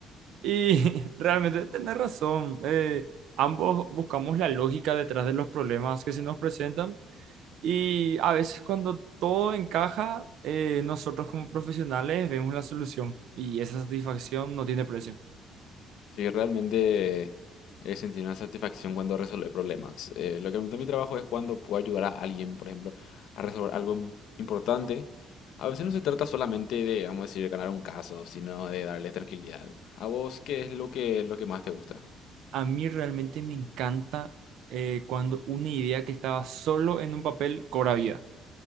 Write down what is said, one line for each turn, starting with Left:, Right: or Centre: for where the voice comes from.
Right: Y <laughs> realmente tenés razón. Eh, ambos buscamos la lógica detrás de los problemas que se nos presentan, Y a veces cuando todo encaja, eh, nosotros como profesionales vemos la solución y esa satisfacción no tiene precio.
Left: Sí, realmente he sentido una satisfacción cuando resuelve problemas. Eh, lo que me gusta de mi trabajo es cuando puedo ayudar a alguien, por ejemplo, a resolver algo im- importante. A veces no se trata solamente de, vamos a decir, ganar un caso, sino de darles tranquilidad. ¿A vos qué es lo que, lo que más te gusta?
Right: A mí realmente me encanta eh, cuando una idea que estaba solo en un papel cobra vida